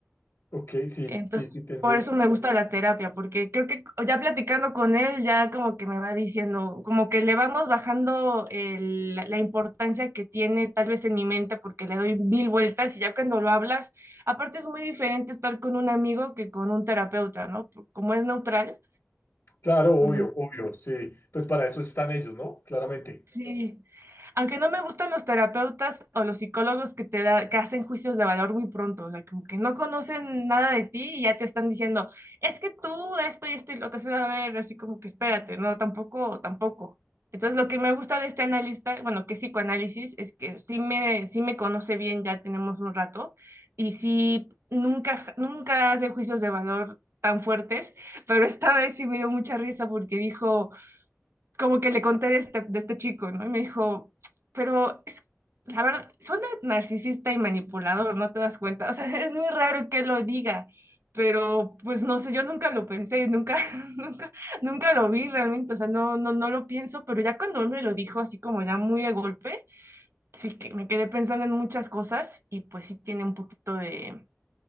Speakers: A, on the left; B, on the right.
A: Ok, sí,
B: Entonces,
A: sí, sí, te entendí.
B: por eso me gusta la terapia, porque creo que ya platicando con él, ya como que me va diciendo, como que le vamos bajando el- la importancia que tiene tal vez en mi mente, porque le doy mil vueltas y ya cuando lo hablas, aparte es muy diferente estar con un amigo que con un terapeuta, ¿no? Como es neutral.
A: Claro, obvio,
B: mm,
A: obvio, sí. Pues para eso están ellos, ¿no? Claramente.
B: Sí, aunque no me gustan los terapeutas o los psicólogos que te da- que hacen juicios de valor muy pronto, o sea, como que no conocen nada de ti y ya te están diciendo, es que tú esto y esto y lo te haces a ver, así como que espérate, no, tampoco, tampoco. Entonces, lo que me gusta de este analista, bueno, que es psicoanálisis, es que sí me, sí me conoce bien, ya tenemos un rato, y sí, nunca, nunca hace juicios de valor tan fuertes, pero esta vez sí me dio mucha risa porque dijo como que le conté de este, de este chico, ¿no? Y me dijo, pero es, la verdad, suena narcisista y manipulador, ¿no te das cuenta? O sea, <laughs> es muy raro que lo diga, pero pues no sé, yo nunca lo pensé, nunca, <laughs> nunca, nunca lo vi realmente, o sea, no, no, no lo pienso, pero ya cuando él me lo dijo así como ya muy de golpe, sí que me quedé pensando en muchas cosas y pues sí tiene un poquito de...